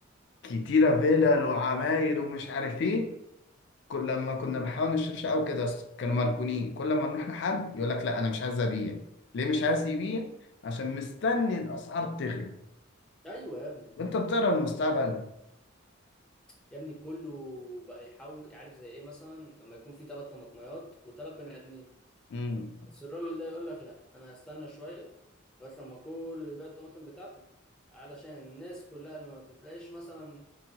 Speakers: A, on the left; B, in the centre.
A: كتيره فيلل وعماير ومش عارف ايه كل لما كنا بنحاول نشتريش او كده أصل كانوا مركونين كل لما نروح لحد يقول لك لا انا مش عايز ابيع ليه مش عايز يبيع عشان مستني الاسعار تغلى
B: ايوه يا ابني
A: وانت بتقرا المستقبل
B: يا ابني كله بقى يحاول عارف زي ايه مثلا لما يكون في ثلاث طماطميات وثلاث بني ادمين
A: امم
B: بس الراجل ده يقول لك لا انا هستنى شويه لغايه لما كله يبيع الطماطم بتاعته علشان الناس كلها اللي ما تتلاقيش مثلا